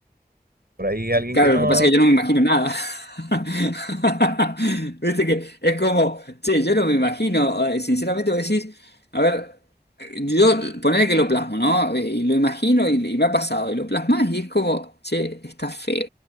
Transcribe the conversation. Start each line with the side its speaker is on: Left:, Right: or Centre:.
Right: Por ahí alguien
Left: claro,
Right: que no
Left: lo que pasa es que yo no me imagino nada. <laughs> Viste que es como, che, yo no me imagino, eh, sinceramente vos decís, a ver, yo poner que lo plasmo, ¿no? Eh, Y lo imagino y, y me ha pasado, y lo plasmas y es como, che, está feo.